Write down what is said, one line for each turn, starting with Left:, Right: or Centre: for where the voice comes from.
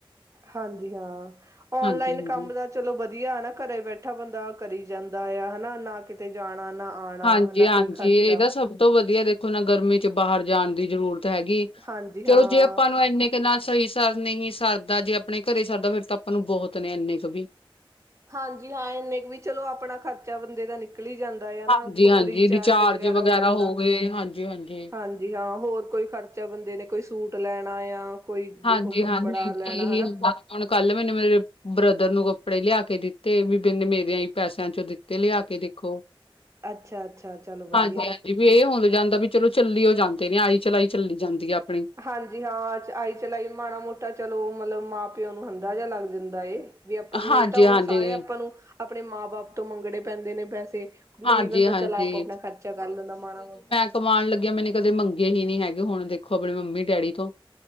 Right: ਹਾਂਜੀ ਹਾਂ ਔਨਲਾਈਨ
Left: ਹਾਂਜੀ-ਹਾਂਜੀ,
Right: ਕੰਮ ਦਾ ਚਲੋ ਵਧੀਆ ਹਨ ਨਾ ਘਰੇ ਬੈਠਾ ਬੰਦਾ ਕਰੀ ਜਾਂਦਾ ਆ ਹਨਾ ਨਾ ਕਿਤੇ ਜਾਣਾ ਨਾ ਆਉਣਾ
Left: ਹਾਂਜੀ-ਹਾਂਜੀ
Right: ਨਾ ਕੋਈ ਖਰਚਾ
Left: ਇਹਦਾ ਸਭ ਤੋਂ ਵਧੀਆ ਦੇਖੋ ਨਾ ਗਰਮੀ ਚ ਬਾਹਰ ਜਾਣ ਦੀ ਜ਼ਰੂਰਤ ਹੈਗੀ
Right: ਹਾਂਜੀ
Left: ਚਲੋ
Right: ਹਾਂ
Left: ਜੇ ਆਪਾਂ ਨੂੰ ਇੰਨੇ ਨਾਲ ਸਹੀ ਸਰ ਨਹੀਂ ਸਰਦਾ ਜੇ ਆਪਣੇ ਘਰੇ ਸਰਦਾ ਫੇਿਰ ਤਾਂ ਆਪਾਂ ਨੂੰ ਬਹੁਤ ਨੇ ਇੰਨੇ ਕੁ ਵੀ
Right: ਹਾਂਜੀ ਹਾਂ ਇੰਨੇ ਕੁ ਵੀ ਚਲੋ ਆਪਣਾ ਖਰਚਾ ਬੰਦੇ ਦਾ ਨਿਕਲ ਨਿਕਲੀ ਜਾਂਦਾ
Left: ਹਾਂਜੀ-ਹਾਂਜੀ
Right: ਨਾ ਫ ਰੀਚਾਰਜ
Left: ਰਿਚਾਰਜ
Right: ਵਗੈਰਾ ਹੋ ਜਾਂਦਾ
Left: ਗਏ ਹਾਂਜੀ-ਹਾਂਜੀ।
Right: ਹਾਂਜੀ ਜੀ ਹਾਂ ਹੋਰ ਕੋਈ ਖਰਚਾ ਬੰਦੇ ਨੇ ਕੋਈ ਸੂਟ ਲੈਣਾ ਆ ਕੋਈ ਜੋ
Left: ਹਾਂਜੀ-ਹਾਂਜੀ,
Right: ਕੱਪੜਾ ਲੈਣਾ
Left: ਇਹੀ
Right: ਹਨਾ
Left: ਹੁੰਦਾ ਹੁਣ ਕੱਲ ਮੈਨੇ ਮੇਰੇ ਬ੍ਰਦਰ ਨੂੰ ਕੱਪੜੇ ਲਿਆ ਕੇ ਦਿੱਤੇ ਵੀ ਬਿੰਨੇ ਮੇਰੀਆਂ ਹੀ ਪੈਸਿਆਂ ਚੋਂ ਦਿੱ ਤੇ ਲਿਆ ਕੇ ਦੇਖੋ
Right: ਅੱਛਾ ਅੱਛਾ ਚਲੋ ਵਧੀਆ
Left: ਹਾਂਜੀ-ਹਾਂਜੀ ਵੀ ਇਹ ਹੁੰ ਜਾਂਦਾ ਵੀ ਚਲੋ ਚੱਲੀ ਉਹ ਜਾਂਦੇ ਨੇ ਆਈ ਚਲਾਈ ਚੱਲੀ ਜਾਂਦੀ ਆ ਆਪਣੀ
Right: ਹਾਂਜੀ, ਹਾਂ ਆਈ ਚਲਾਈ ਮਾੜਾ-ਮੋਟਾ ਚਲੋ ਮਤਲਬ ਮਾਂ ਪਿਓ ਨੂੰ ਹੁੰਦਾ ਜਾਂ ਲੱਗ ਜਾਂਦਾ ਏ। ਵੀ ਆਪਾਂ ਨੂੰ
Left: ਹਾਂਜੀ-ਹਾਂਜੀ,
Right: ਨਹੀਂ ਤਾਂ ਉਹ ਸਾਰੇ ਆਪਾਂ ਨੂੰ ਆਪਣੇ ਮਾਂ ਬਾਪ ਤੋਂ ਮੰਗਣੇ ਪੈਂਦੇ ਨੇ ਪੈਸੇ ਨਹੀਂ
Left: ਹਾਂਜੀ-ਹਾਂਜੀ।
Right: ਬੰਦਾ ਚਲ ਆਪ ਆਪਣਾ ਖਰਚਾ ਕਰ ਲੈਂਦਾ ਮਾੜਾ ਮੋਟਾ
Left: ਕਮਾਨ ਲੱਗਿਆ ਮੈਨੇ ਕਦੇ ਮੰਗੇ ਹੀ ਨੀ ਹੈਗੇ ਹੁਣ ਦੇਖੋ ਆਪਣੀ ਮੰਮੀ ਡੈਡੀ ਤੋਂ